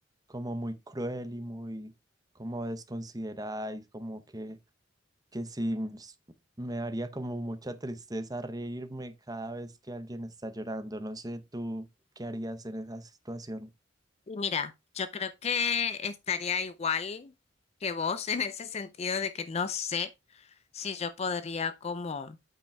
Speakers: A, on the right (about 20°); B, on the left (about 35°).
A: como muy cruel y muy como desconsiderada y como que, que sí s- me daría como mucha tristeza reírme cada vez que alguien está llorando. No sé tú qué harías en esa situación.
B: Y mira, yo creo que estaría igual que vos <laughs> en ese sentido de que no sé si yo podría como